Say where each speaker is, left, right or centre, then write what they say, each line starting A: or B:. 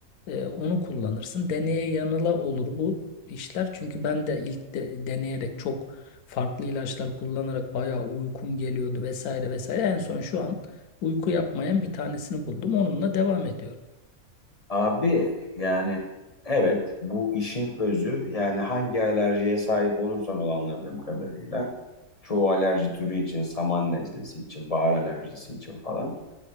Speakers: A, on the left; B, on the left.
A: e, onu kullanırsın. Deneye yanıla olur bu işler. Çünkü ben de ilk de- deneyerek çok farklı ilaçlar kullanarak bayağı uykum geliyordu vesaire vesaire. En son şu an uyku yapmayan bir tanesini buldum. Onunla devam ediyorum.
B: Abi yani evet bu işin özü yani hangi alerjiye sahip olursan ol anladığım kadarıyla çoğu alerji türü için saman nezlesi için bahar alerjisi için falan